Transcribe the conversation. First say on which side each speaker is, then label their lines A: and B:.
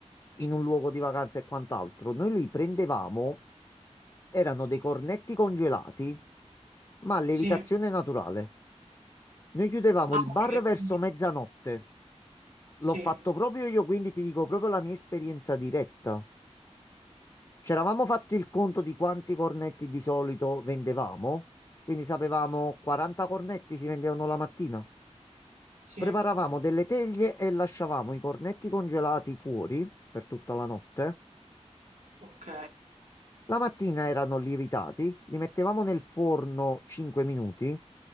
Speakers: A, on the left; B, on the right.
A: in un luogo di vacanza e quant'altro. Noi li prendevamo, erano dei cornetti congelati, ma a lievitazione
B: sì.
A: naturale. Noi chiudevamo
B: Ah,
A: il bar
B: ok,
A: verso
B: quindi-
A: mezzanotte. L'ho
B: Sì,
A: fatto proprio io, quindi ti dico proprio la mia esperienza diretta. C'eravamo fatti il conto di quanti cornetti di solito vendevamo, quindi sapevamo 40 cornetti si vendevano la mattina.
B: sì,
A: Preparavamo delle teglie e lasciavamo i cornetti congelati fuori per tutta la notte.
B: ok.
A: La mattina erano lievitati, li mettevamo nel forno 5 minuti.